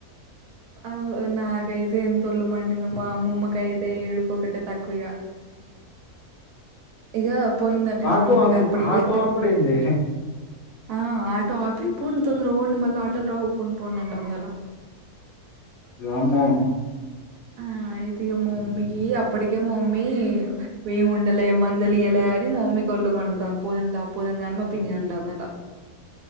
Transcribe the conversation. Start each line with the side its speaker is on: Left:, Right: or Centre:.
Right: అవ్ నాకైతే ఎంత ఒళ్లు మండిందో మా అమ్మమ్మకైతే ఏడుపు ఒకటే తక్కువ ఇగ ఇగ పోయిందంట ఇగ
Left: ఆటో
Right: మోమిగ
Left: ఆపి
Right: అప్పటికే
Left: ఆటో ఆపుడేందే
Right: ఆ ఆటో ఆపి పోండి తొందరగా పోండి మళ్ళా ఆటోలు రావు పోండి పోండి అంటాందట
Left: వామ్మో
Right: ఆ అయితే ఇగ మా మమ్మీకి అప్పటికే మా మమ్మీ మేం ఉండలేం మందులు ఇయ్యలే అని మా మమ్మీకి వోళ్ళు మండుతాం పోదాం దా పోదాం దా అని మా పిన్ని ని అంటాందట